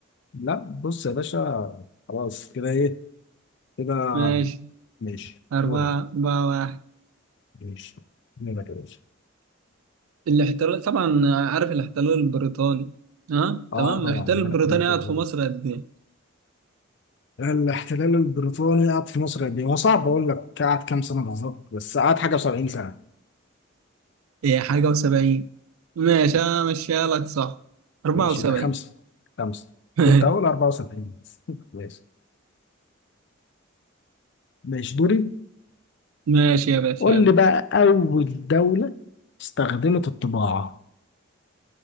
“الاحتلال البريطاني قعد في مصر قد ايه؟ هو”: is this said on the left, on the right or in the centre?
Left